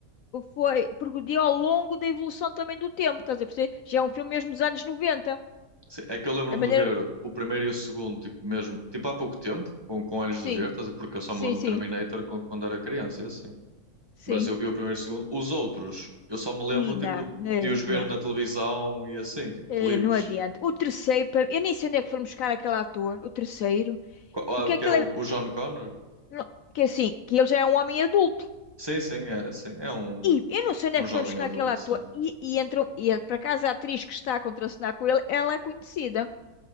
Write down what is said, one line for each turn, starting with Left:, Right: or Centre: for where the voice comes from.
Left: foi progrediu ao longo da evolução também do tempo, estás a perceber? Já é um filme mesmo dos anos 90.
Right: sim. É que eu lembro-me
Left: A maneira.
Right: de ver o primeiro e o segundo, tipo, mesmo, tipo, há pouco tempo, com, com olhos
Left: Sim.
Right: de ver, estás a ver? Porque eu só
Left: Sim,
Right: me lembro
Left: sim,
Right: de Terminator quando, quando era criança, e assim.
Left: sim.
Right: Mas eu vi o primeiro e o segundo. Os outros, eu só me lembro,
Left: E não,
Right: tipo,
Left: não,
Right: de os ver
Left: não.
Right: na televisão e assim, tipo,
Left: Eh,
Right: clipes.
Left: Não adianta. O terceiro, para- eu nem sei onde é que foram buscar aquele ator, o terceiro,
Right: Qual,
Left: porque
Right: ah,
Left: aquele
Right: que é o,
Left: é.
Right: o John Connor?
Left: não- Que é assim, que ele já é um homem adulto.
Right: Sim, sim, é, sim. É um,
Left: E eu não sei onde
Right: é
Left: é
Right: um
Left: que
Right: jovem
Left: foram buscar
Right: adulto,
Left: aquele ator.
Right: sim.
Left: E, e entrou, e é- por acaso a atriz que está a contracenar com ele, ela é conhecida.